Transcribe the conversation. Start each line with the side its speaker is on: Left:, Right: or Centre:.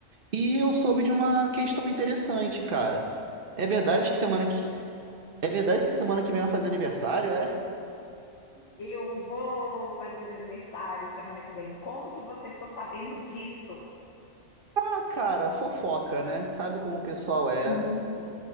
Right: e eu soube de uma questão interessante, cara. É
Left: O
Right: verdade
Left: que?
Right: que semana que é verdade que semana que vem vai fazer aniversário, é?
Left: Eu vou fazer aniversário semana que vem. Como que você ficou sabendo disso?
Right: Ah, cara, fofoca, né? Sabe como o pessoal é.
Left: Gracinha.